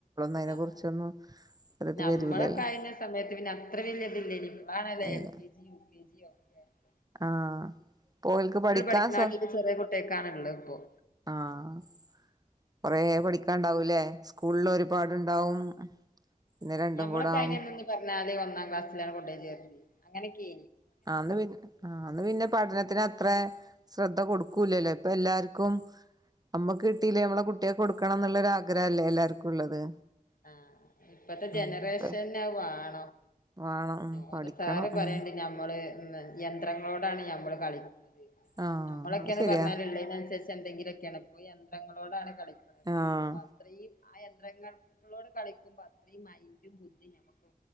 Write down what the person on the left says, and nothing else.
ആഹ്
നമ്മളൊക്കെ
<unintelligible> സമയത്ത് പിന്നെ അത്ര വലിയതില്ലല്ലേനി ഇപ്പോളാണല്ലോ
എൽ കെ ജിയും <unintelligible>
പഠിക്കണാട്ടിലും
ചെറിയ കുട്ടികൾക്കാണ് ഉള്ളത് ഇപ്പോ
ആഹ്
ഞമ്മളൊക്കെ
<unintelligible> പറഞ്ഞാല് ഒന്നാം ക്ലാസിലാണ് കൊണ്ടു പോയി ചേർത്തത് അങ്ങനെയൊക്കെ
ആഹ് ഇപ്പഴത്തെ
ജനറേഷൻ
വേണം
ഓന്റെ സാറ്
പറയണ്ട് ഞമ്മള് യന്ത്രങ്ങളോടാണ് നമ്മള് കളിക്കുന്നത്
നമ്മളൊക്കെ അത്
പറഞ്ഞാല് ഉള്ളെന് അനുസരിച്ച് എന്തെങ്കിലും ഒക്കെയാണ് ഇപ്പോ യന്ത്രങ്ങളോടാണ് കളി
അപ്പൊ അത്രയും ആ യന്ത്രങ്ങൾ നമ്മളോട് കളിക്കുമ്പോ അത്രയും മൈന്റും ബുദ്ധിയും നമ്മുക്ക്